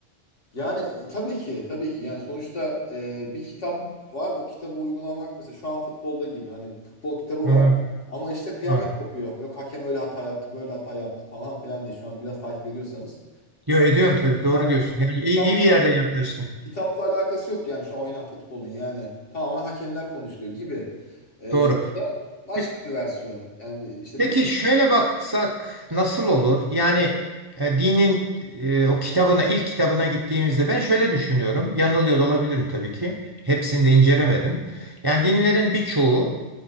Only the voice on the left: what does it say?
Yani e, tabii ki tabii ki yani sonuçta e, bir kitap var o kitabı uygulamak mesela şu an futbolda gibi hani futbol kitabı var
ama işte kıyamet
kopuyor. Yok hakem öyle hata yaptı böyle hata yaptı falan filan diye şu an biraz takip ediyorsanız.
Yani
kitapla,
kitapla alakası yok yani şu an oynanan futbolun yani tamamen hakemler konuşuluyor gibi. E,
da başka
bir versiyonu yani işte
müş